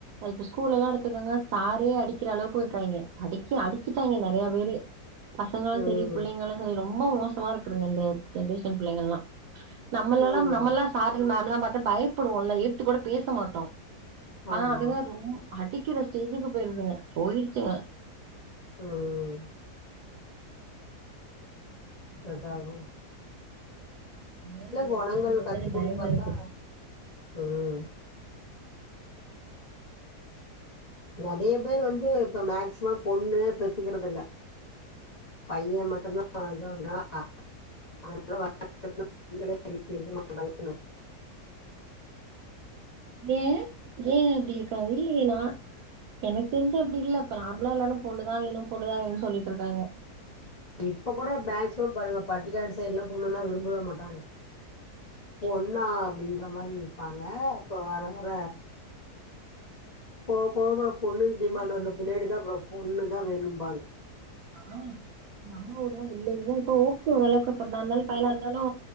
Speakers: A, on the right (about 75°); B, on the left (about 50°).
A: இப்ப ஸ்கூல்ல எல்லா எடுத்துக்கோங்க சாரே அடிக்கிற அளவுக்கு இருக்காங்க அடிக்க அடிச்சட்டாங்க நெறைய பேரு பசங்களு
B: ம்
A: செரி புள்ளைங்களு செரி ரொம்ப மோசமா இருக்குங்க இந்த ஜென்ரேஷன் பிள்ளைங்கள்லா நம்மெல்லா
B: ம்
A: நம்மல்லா சார் மேம் எல்லா பாத்த பயப்படுவோம்ல எதித்து கூட பேச மாட்டோ ஆனா
B: ஆமா
A: அதுங்க ரொம் அடிக்கிற ஸ்டேஜுக்கு போயிருதுங்க போயிருச்சுங்க
B: ம் அத்தாகு
A: அதா இந்த ஜென்ரேஷன்
B: குணங்கள்
A: பத்தாலே
B: கத்துக்கணுன்னு
A: பயமா
B: பாத்தா
A: இருக்கு
B: ம் நறைய பேர் வந்து இப்ப மேக்சிமம் பொண்ணு பெத்துக்கிறது இல்ல பைய மட்டும்தா இது பண்றா அதனால <inaudible> <inaudible>
A: ஏயே ஏயே அப்டி இருக்காங்க இல்லையே நா எனக்கு தெரிஞ்சி அப்டி இல்ல இப்ப நார்மலா எல்லாரு பொண்ணதா வேணு பொண்ணதா வேணுன்னு சொல்லிட்டு இருக்காங்க
B: இப்ப கூட மேக்ஸிமம் பாருங்க பட்டிக்காடு சைட் எல்லா பொண்ணுங்கல்லா விரும்பவே மாட்டாங்க பொண்ணா அப்படின்ற மாரி இருப்பாங்க இப்ப வர வர போவ போவ பொண்ணுக்கு
A: அப்டியா
B: டிமாண்ட்
A: எங்க
B: வந்த பின்னாடி தான் அப்றோ பொண்ணு தா வேணும்பாங்க
A: ஆ நம்ம ஊர்லா இல்லைய இப்ப ஓகே ஓரளவுக்கு பொண்ணா இருந்தாலு பையல இருந்தாலு